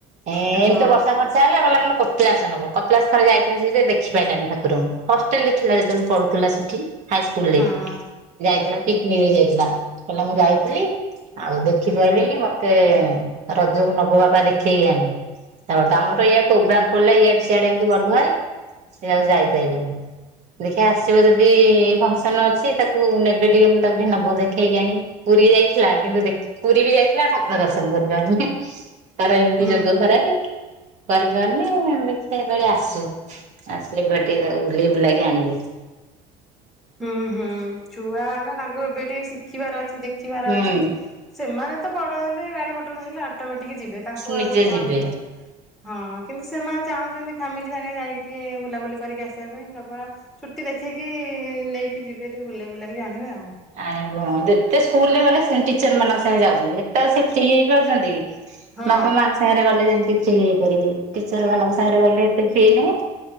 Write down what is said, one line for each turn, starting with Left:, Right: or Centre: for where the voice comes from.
Right: ଏଁ
Centre: ହଁ
Right: ଏମିତି ବର୍ଷା ଫର୍ଷା ହେଲା କହିଲା କପିଳାସ ନବ କପିଳାସ ଥରେ ଯାଇଥିଲା ଯିଏ ସେ ଦେଖି ପାଇଲାନି ଠାକୁରଙ୍କୁ ହଷ୍ଟେଲ ରେ ଥିଲା ଯେତେବେଳେ ପଢୁଥିଲା ସେଠି। ହାଇ ସ୍କୁଲ୍ ରେ।
Centre: ହଁ
Right: ଯାଇଥିଲା ପିକନିକ ଯାଇଥିଲା କହିଲା ମୁଁ ଯାଇଥିଲି ଆଉ ଦେଖିପାଇଲିନି ମତେ ରଜକୁ ନବ ବୋବା ଦେଖେଇ ଆଣିବ। ଓ ଆମର ଇଆଡା ପ୍ରୋଗ୍ରାମ ପଡିଲେ ଇଆଡେ ସିଆଡେ ଏମିତି ଗଲୁହାରି। ସେ ଆଉ ଯାଇପାଇଲେନି ଦେଖ୍ୟା ଆସିବ ଯଦି ଏଇ ଫଙ୍କସନ ସି ତାକୁ ନେବେ ଟିକେ ମୁଁ ତାକୁ ନବ ଦେଖେଇକି ଆଣି ପୁରୀ ଯାଇଥିଲା କିନ୍ତୁ ଦେଖ ପୁରୀ ବି ଯାଇଥିଲା ଠାକୁର ଦର୍ଶନ କରି ପାରିଲେ ନି ତାର ଏମିତି
Centre: ହୁଁ
Right: ଯୋଗ
Centre: ହୁଁ।
Right: ଖରାପେ। କରିବାନି ଦେଖିଆ ବେଳି ଆସୁ ଆସିଲେ କୁଆଡ଼େ ଟିଏ ତାକୁ ବୁଲେଇ ବୁଲାକି ଆଣିବି। <inaudible>
Centre: ହୁଁ ହୁଁ ଛୁଆ ନା ତାଙ୍କୁ ଏବେ ଟିକେ ଶିଖିବାର ଅଛି ଦେଖ ଦେଖିବାର
Right: ହୁଁ
Centre: ଅଛି ସେମାନେ ତ ବଡ ହେଲେ ଗାଡି ମଟର ଧାଇଲେ ଅଟମେଟିକି ଯିବେ ତାଙ୍କୁ
Right: ନିଜେ
Centre: ଆଉ କଣଥିବ।
Right: ଯିବେ।
Centre: ହଁ କିନ୍ତୁ ସେମାନେ ଚାହୁଁଛନ୍ତି ଫ୍ୟାମିଲି ସାଙ୍ଗେ ଯାଇକି ଟିକେ ବୁଲାବୁଲି କରିକି ଆସିବା ପାଇଁ ନବା ଛୁଟି ଦେଖିକି ନେଇକି ଯିବେ ଟିକେ ବୁଲେଇ ବୁଲାଇ ଆଣିବେ ଆଉ।
Right: ଆଣିବୁ ହଁ ଯେତେ ସ୍କୁଲରେ ଗଲେ ସେମ୍ ଟିଚର ମାନଙ୍କ ସାଙ୍ଗେ ଯାଉଛନ୍ତି ଏତେ ସେ ଫ୍ରି ହେଇ ପାରୁଛନ୍ତି କି।
Centre: ହଁ।
Right: ବାପ ମାଆଙ୍କ ସାଙ୍ଗରେ ଗଲେ ଯେମତି ସେ ହେଇପାରିବେ ଟିଚର ମାନଙ୍କୁ ସାଙ୍ଗରେ ଗଲେ ଏତେ ଫ୍ରି ନାହିଁ।